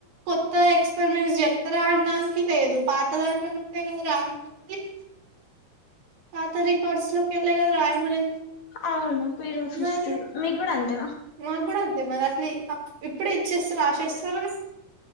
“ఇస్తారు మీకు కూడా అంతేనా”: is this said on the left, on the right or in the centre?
Left